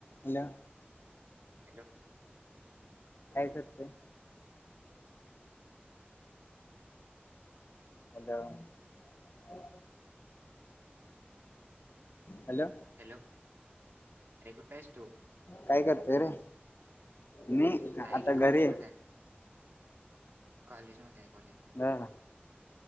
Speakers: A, on the left; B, on the right.
A: Hello
B: hello
A: काय करतेय. Hello हो हॅलो
B: हॅलो अरे कुठे आहेस तु
A: काय करतय रे मी
B: आहे
A: आता
B: की
A: घरी
B: कॉलेज मध्ये आहे कॉलेज मध्ये आहे कॉलेज मध्ये
A: बर